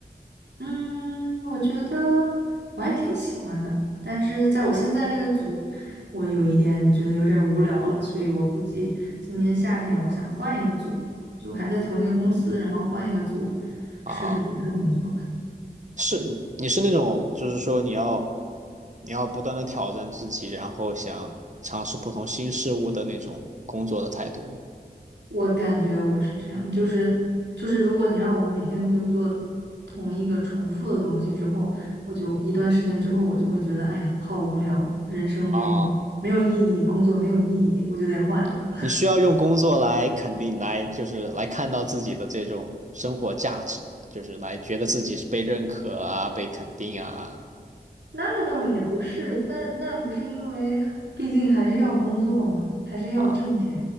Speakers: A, on the right; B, on the right.
A: 嗯，我觉得我还挺喜欢的，但是在我现在这个组，我有一点觉得有点儿无聊了，所以我估计今年夏天我想换一个组，就还在同一个公司，然后换一个组，
B: 啊，
A: 试试别的工作吧。
B: 是你是那种就是说你要你要不断的挑战自己，然后想尝试不同新事物的那种工作的态度吗
A: 我感觉我是这样，就是就是如果你让我每天就做同一个重复的东西之后，我就一段时间之后，我就会觉得，哎呀，好无聊，人生没有没有意义，
B: 啊，
A: 工作没有意义，我就得换一个。
B: 你需要用工作来肯定来就是来看到自己的这种生活价值嘛就是来觉得自己是被认可啊，被肯定啊
A: 那倒也不是，但那不是因为，毕竟还是要工作嘛，还是要挣钱，
B: 啊。